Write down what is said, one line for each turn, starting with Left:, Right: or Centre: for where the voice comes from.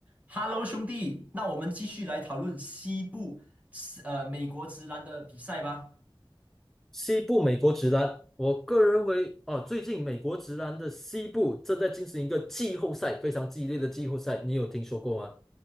Right: Hello，兄弟，那我们继续来讨论西部，呃，美国直男的比赛吧。
Centre: 西部美国直男，我个人认为啊，最近美国直男的西部正在进行一个季后赛，非常激烈的季后赛，你有听说过吗？